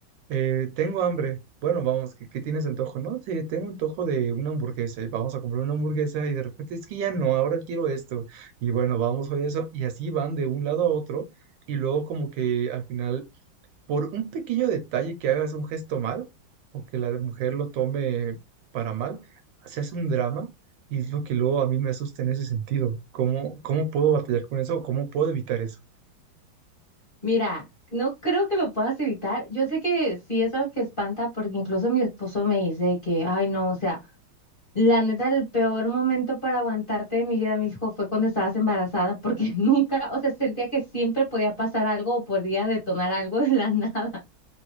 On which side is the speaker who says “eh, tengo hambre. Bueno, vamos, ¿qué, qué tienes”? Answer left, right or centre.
Right